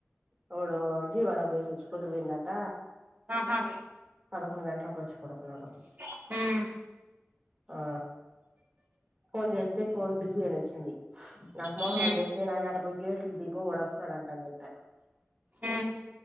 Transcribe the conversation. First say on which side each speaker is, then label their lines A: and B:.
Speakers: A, on the right; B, on the right.
A: ఇప్పుడు జీవాడకు పోసొచ్చు పొద్దు పోయిందంట
B: ఆహా
A: పదకొండు గంటలపుడ్ చి పడుకున్నాడు
B: మ్
A: ఆ ఫోన్ చేస్తే ఫోన్ బిజీ అని వచ్చింది నాకు మోహన
B: ఉమ్
A: జెసి నాన పోయి గేట్లు తీయిపో వాడొస్తున్నడంటా అని చెప్ప
B: ఉమ్